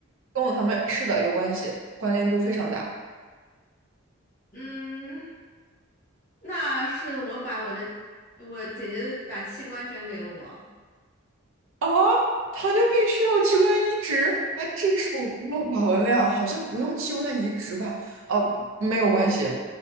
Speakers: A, on the right (about 70°); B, on the left (about 35°).
A: 跟我他们是的有关系，关联度非常大。
B: 嗯，那是我把我的我姐姐的把器官捐给了我，
A: 啊，糖尿病需要器官移植？哎，这是不是我孤陋寡文了呀？好像不用器官移植吧？哦，没有关系，